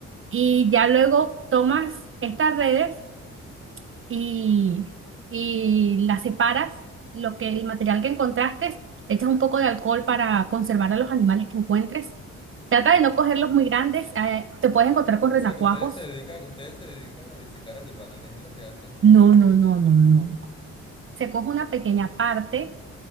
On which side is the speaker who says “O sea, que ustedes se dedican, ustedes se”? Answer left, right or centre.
Left